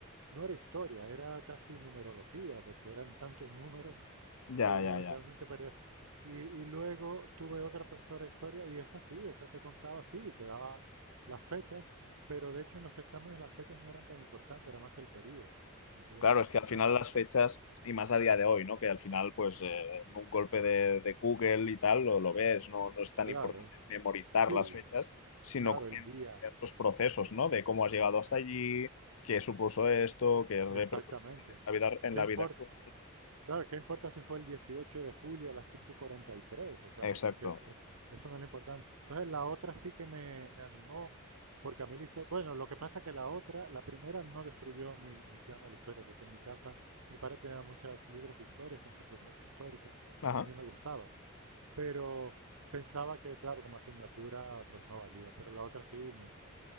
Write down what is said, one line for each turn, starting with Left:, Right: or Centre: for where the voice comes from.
Right: no era historia, era casi numerología, porque eran tantos números
Left: ya,
Right: que
Left: ya, ya.
Right: realmente parecía... Y, y luego tuve otra profesora de historia y esa sí, esa te contaba, sí, te daba las fechas, pero de hecho en los exámenes las fechas no eran tan importantes, era más el periodo, lo que ella
Left: Claro,
Right: le daba
Left: es
Right: importancia.
Left: que al final las fechas, y más a día de hoy, ¿no? Que al final, pues, eh, en un golpe de, de Google y tal, lo, lo ves, no, no es tan
Right: Claro,
Left: importante memorizar
Right: sí,
Left: las fechas, sino
Right: claro, el
Left: entender
Right: día,
Left: los procesos, ¿no? De cómo has llegado hasta allí, qué supuso esto, qué repercusiones
Right: exactamente.
Left: tiene en la vida, en
Right: ¿Qué
Left: la
Right: importa?
Left: vida actual.
Right: Claro, ¿qué importa si fue el 18 de julio a las 5:43? O sea,
Left: Exacto.
Right: es que es- eso no es lo importante. Entonces, la otra sí que me, me animó, porque a mí la histo- Bueno, lo que pasa es que la otra, la primera no destruyó mi- mis ganas de la historia, porque en mi casa mi padre tenía muchos libros de historias, enciclopedias históricas,
Left: Ajá,
Right: y a mí me gustaba. Pero pensaba que, claro, como asignatura, pues no valía. Pero la otra sí me,